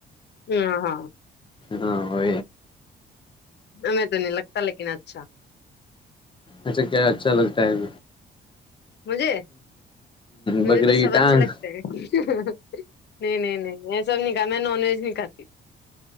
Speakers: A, on the left; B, on the left.
A: ہاں ہاں
B: ہاں وہ
A: ہمیں تو نہیں لگتا لیکن اچھا
B: اچھا کیا اچھا لگتا ہے اب
A: مجھے مجھے
B: بکرے
A: تو
B: کی
A: سب
B: ٹانگ
A: اچھے لگتے نہیں نہیں نہیں ایسا نہیں کا میں نان ویج نہیں کات